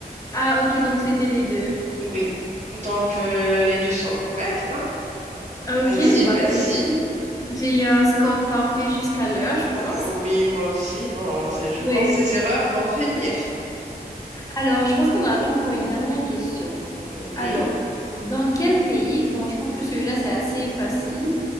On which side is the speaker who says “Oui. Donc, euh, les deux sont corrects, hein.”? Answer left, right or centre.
Right